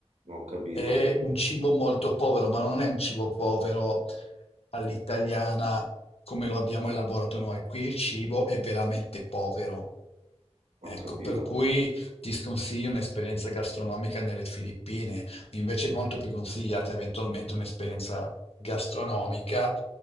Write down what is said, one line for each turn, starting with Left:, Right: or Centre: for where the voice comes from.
Right: Ho capito,
Left: È un cibo molto povero, ma non è un cibo povero all'italiana come lo abbiamo elaborato noi. Qui il cibo è veramente povero. Ecco,
Right: ho capito,
Left: per cui ti sconsiglio un'esperienza gastronomica nelle Filippine, invece è molto più consigliata eventualmente un'esperienza gastronomica